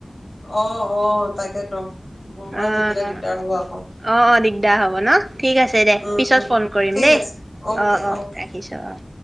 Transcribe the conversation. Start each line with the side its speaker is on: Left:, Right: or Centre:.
Left: অ', অ', তাকেতো। বৰষুণত
Right: অ'।
Left: তিতিলে দিগদাৰ
Right: অ',
Left: হ'ব আকৌ
Right: অ' দিগদাৰ হ'ব ন? ঠিক আছে দে।
Left: উম
Right: পিছত
Left: উম
Right: ফোন কৰিম
Left: ঠিক
Right: দেই।
Left: আছে
Right: অ',
Left: অ'কে
Right: অ',
Left: অ'কে
Right: ৰাখিছো অ'।